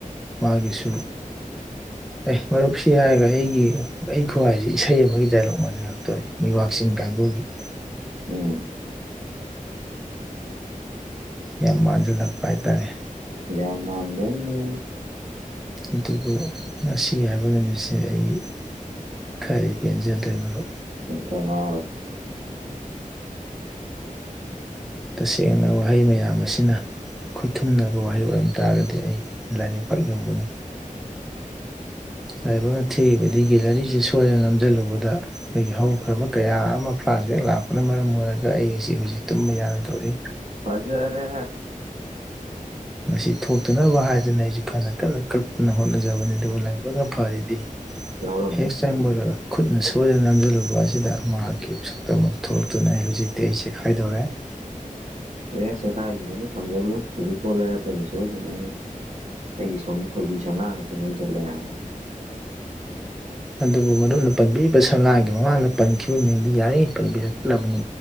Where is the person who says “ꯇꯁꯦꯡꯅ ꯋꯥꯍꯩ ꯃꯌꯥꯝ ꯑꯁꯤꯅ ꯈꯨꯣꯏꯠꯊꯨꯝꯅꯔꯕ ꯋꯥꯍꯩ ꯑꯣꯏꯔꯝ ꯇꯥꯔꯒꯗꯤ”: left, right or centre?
Centre